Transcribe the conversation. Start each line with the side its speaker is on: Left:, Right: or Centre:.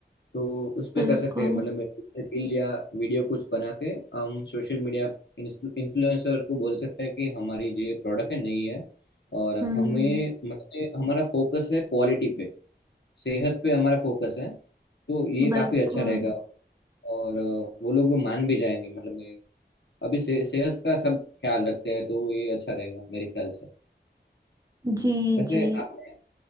Left: तो उस पे
Right: बिल्कुल
Left: कर सकते हैं मतलब रील या वीडियो कुछ बना के हम सोशल मीडिया इन्फ्लुएंसर को बोल सकते हैं कि हमारी जो ये प्रोडक्ट है नई है और
Right: हम्म
Left: हमें मतलब हमारा फोकस है क्वालिटी पे सेहत पे हमारा फोकस है तो ये
Right: बिल्कुल
Left: काफ़ी अच्छा रहेगा और अ, वो लोग मान भी जाएंगे मतलब अभी से, सेहत का सब ख्याल रखते हैं तो ये अच्छा रहेगा मेरे ख्याल से
Right: जी
Left: वैसे
Right: जी
Left: आपने